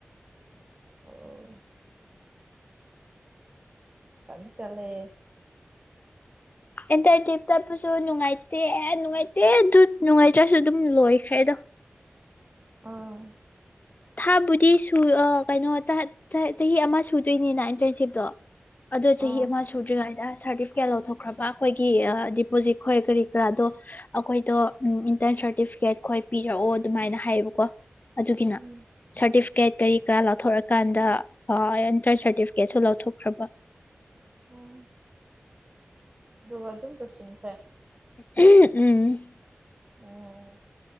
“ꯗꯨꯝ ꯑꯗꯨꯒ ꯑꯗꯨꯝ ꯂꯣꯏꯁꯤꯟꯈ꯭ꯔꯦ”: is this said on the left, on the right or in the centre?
Right